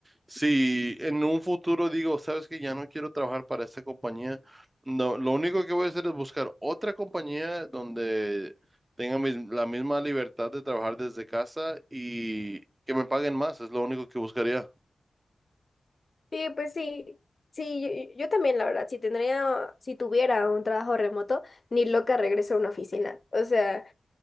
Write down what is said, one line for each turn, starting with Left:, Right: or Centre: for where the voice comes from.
Right: si en un futuro digo, sabes que ya no quiero trabajar para esta compañía, no, lo único que voy a hacer es buscar otra compañía donde tenga mis- la misma libertad de trabajar desde casa y que me paguen más, es lo único que buscaría.
Left: Sí, pues sí, sí, yo, yo también la verdad, si tendría, si tuviera un trabajo remoto, ni loca regreso a una oficina, o sea...